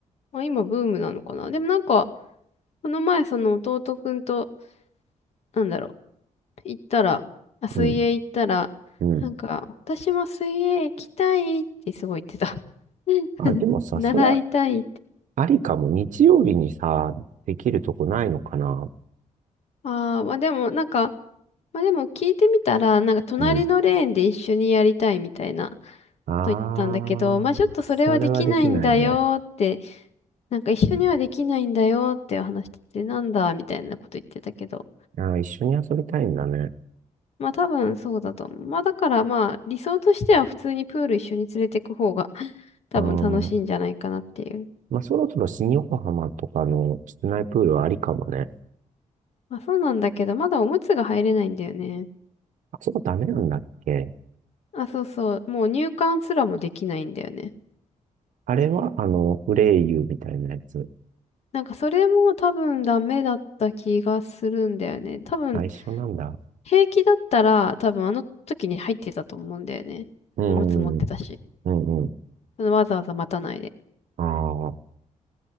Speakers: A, on the left (about 55°); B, on the right (about 75°).
A: まあ今ブームなのかな。でもなんか、この前その弟くんと、なんだろう、行ったら、あ、水泳行ったら、
B: うん、うん。
A: なんか、私も水泳行きたいってすごい言ってた。<laughs>
B: あ、でもさ、
A: 習いたいって。
B: それはありかも。日曜日にさ、できるとこないのかな。
A: ああ、まあでもなんか、まあでも聞いてみたら、なんか隣のレーンで一緒にやりたいみたいな
B: うん。ああ、
A: こと言ったんだけど、まあちょっとそれはできないんだよって、
B: それはできないね。
A: なんか一緒にはできないんだよって話してて、なんだみたいなこと言ってたけど。
B: ああ一緒に遊びたいんだね。
A: まあ多分そうだと思う。まあだからまあ理想としては普通にプール一緒に連れてく方が <laughs> 多分楽しいんじゃないかなっていう。
B: うん。まあ、そろそろ新横浜とかの室内プールはありかもね。
A: まあそうなんだけど、まだおむつが入れないんだよね。
B: あそこダメなんだっけ
A: あ、そうそう。もう入館すらもできないんだよね。
B: あれは、あの、フレイユみたいなやつ。
A: なんかそれも多分ダメだった気がするんだよね。多分
B: あ、一緒なんだ。
A: 平気だったら多分あの時に入ってたと思うんだよね。
B: うん、
A: おむつ持ってたし。
B: うん、うん。
A: そのわざわざ待たないで。
B: ああ、